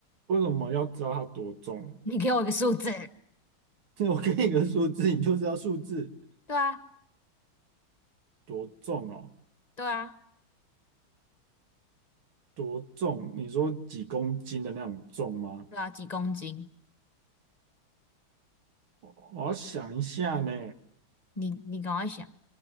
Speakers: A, on the right; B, on the left.
A: 为什么要知道它多重？
B: <laughs> 你给我一个数字。
A: <laughs> 我给你个数字，你就知道数字
B: 对啊，
A: 多重哦，
B: 对啊，
A: 多重？你说几公斤的那种重吗？
B: 对啊，几公斤？
A: 我要想一下呢，
B: 你你赶快想，